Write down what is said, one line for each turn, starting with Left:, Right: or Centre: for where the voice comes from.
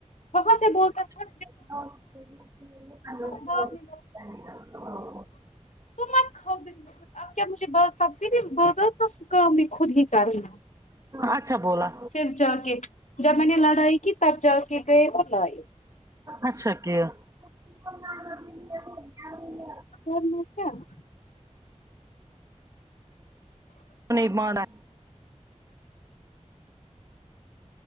Left: وہاں سے بولتا تھا
Right: <unintelligible>
Left: میں بعد میں تو مت کھاؤ فر اب کیا مجھے اب سبزی بھی بازار تو خود ہی کرنی
Right: اچھا بولا
Left: پھر جاکے جب میں نے لڑائی کی تب جاکے گئے اور لاے
Right: اچھا کیا <unintelligible>
Left: <unintelligible>
Right: نہیں پانا